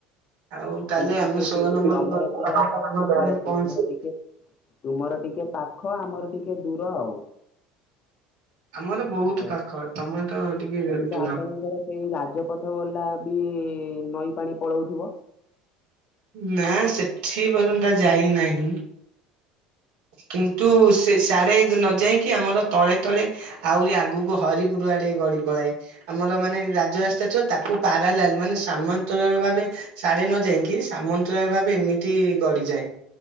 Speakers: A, on the right (about 65°); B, on the left (about 40°).
A: ଆଉ ତାହେଲେ
B: କିନ୍ତୁ ଟିକେ
A: ଆମେ ଷୋହଳ
B: ଟି
A: ନମ୍ବର
B: ତମର
A: ଗଲେ
B: ପୁରା
A: ତମ ଘର ପାଖରେ
B: ପୁରା
A: ପହଞ୍ଚି
B: ତୁମର ଟିକେ ତୁମର ଟିକେ ପାଖ, ଆମର ଟିକେ ଦୂର ଆଉ।
A: ଆମର ବହୁତ
B: ହଉ
A: ପାଖ ତମେ ତ ଟିକେ
B: ତାହେଲେ ତ
A: ଦୂର
B: ଆପଣଙ୍କର ସେଇ ରାଜପଥ ବଲା ବି ନଈ ପାଣି ପଳଉଥିବ?
A: ନା ସେଠି ପର୍ଯ୍ୟନ୍ତ ଯାଇନାହିଁ। କିନ୍ତୁ ସେ ସ୍ୟାଡେ ନ ଯାଇକି ଆମର ତଳେ ତଳେ ଆହୁରି ଆଗକୁ ହରିପୂର୍ କୁଆଡେ ଗଡି ପଳଏ ଆମର ମାନେ ରାଜରାସ୍ତା ଥିବ ତାକୁ ପାରାଲାଲ ମାନେ ସାମାନ୍ତରା ଭାବେ ସାଢେ ନ ଯାଇକି ସାମନ୍ତରା ଭାବେ ଏମିତି ଗଡିଯାଏ।